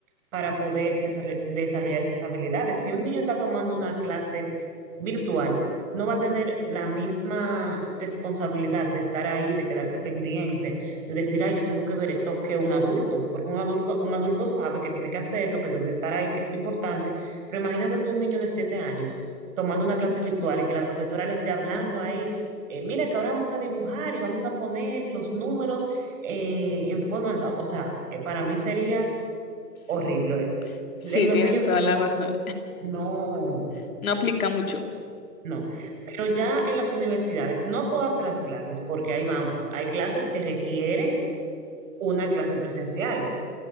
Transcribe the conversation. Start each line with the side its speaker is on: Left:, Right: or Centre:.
Right: para poder desarro- desarrollar esas habilidades. Si un niño está tomando una clase virtual, no va a tener la misma responsabilidad de estar ahí, de quedarse pendiente, de decir, ay, yo tengo que ver esto que un adulto, porque un adulto, un adulto sabe que tiene que hacerlo, que debe de estar ahí, que es importante, pero imagínate tú un niño de siete años tomando una clase
Left: es
Right: virtual
Left: verdad.
Right: y que la profesora le esté hablando
Left: Ujú.
Right: ahí, eh, mira que ahora vamos a dibujar y vamos a poner los números eh, en forma, o sea, eh, para mí sería
Left: Sí,
Right: horrible.
Left: sí,
Right: En los
Left: tienes
Right: niños
Left: toda
Right: no,
Left: la razón.
Right: no
Left: <laughs> No aplica mucho,
Right: no, pero ya en las universidades, no todas las clases, porque ahí vamos, hay clases que requieren una clase presencial,